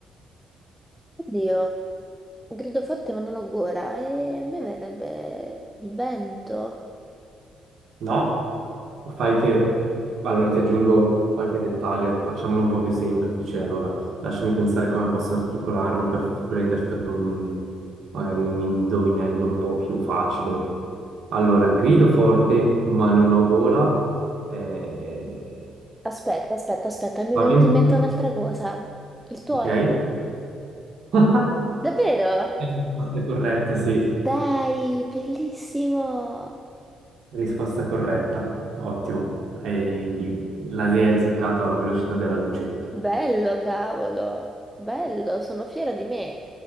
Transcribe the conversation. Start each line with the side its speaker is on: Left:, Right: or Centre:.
Centre: Oddio, grido forte ma non ho gola e a me verrebbe il vento.
Right: No, fai che... Allora ti aggiungo qualche dettaglio, facciamolo un po' più semplice. Allora, lasciami pensare come posso articolarlo per rendertelo un- magari un indovinello un po' più facile. Allora, grido forte ma non ho gola. eh,
Centre: Aspetta, aspetta, aspetta, mi è venuta
Right: Va bene?
Centre: in mente un'altra cosa. Il tuono?
Right: Ok? <laughs>
Centre: Davvero?
Right: Risposta corretta, sì.
Centre: Dai, bellissimo!
Right: Risposta corretta. Ottimo. E la hai azzeccato alla velocità della luce.
Centre: Bello, cavolo, bello, sono fiera di me.